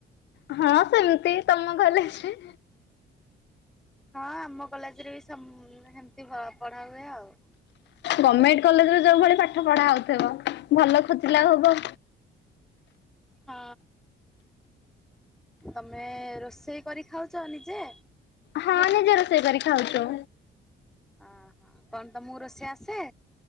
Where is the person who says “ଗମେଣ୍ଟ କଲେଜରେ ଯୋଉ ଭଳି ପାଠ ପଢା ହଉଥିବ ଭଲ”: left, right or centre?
Left